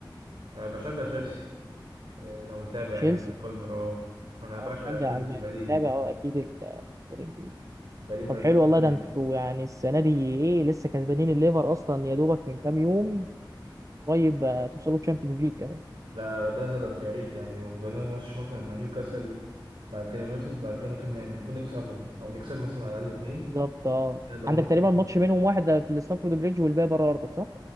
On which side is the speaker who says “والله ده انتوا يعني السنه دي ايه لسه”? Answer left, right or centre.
Right